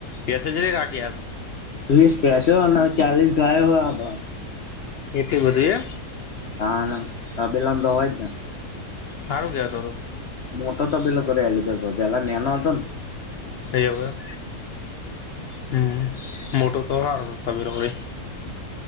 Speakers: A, on the left; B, on the left.
A: પસ <inaudible> જલી કાઢ આપ
B: વીસ ભૈસો અને ચાલીસ ગાયો હોય બ.
A: એસી વઘી હે.
B: ના ના તબેલા મા તો હોય જ ને.
A: હારું કેવાય તો તો.
B: મોટો તો તબેલો કરે આલયો તે તો પેલા નેનો હતો ને.
A: એવું એમ. હમ મોટો તો તમારો તબેલો ને.